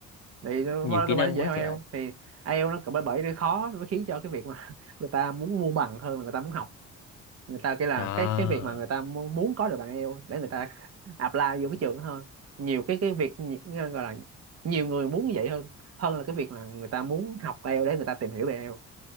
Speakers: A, on the right (about 55°); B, on the left (about 80°).
A: thì đâu
B: nhiều
A: phải đâu
B: kỹ năng
A: phải dễ
B: quá
A: hơn
B: trời
A: ai eo thì ai eo nó bởi bởi cái khó nó mới khiến cho cái việc mà <laughs> người ta muốn mua bằng hơn là người ta muốn học người ta cái là
B: à
A: cái cái việc mà người ta mu- muốn có được bằng ai eo để người ta <laughs> apply vô cái trường đó hơn nhiều cái cái việc nhi- gọi là nhiều người muốn như vậy hơn hơn là cái việc là người ta muốn học ai eo để người ta tìm hiểu về ai eo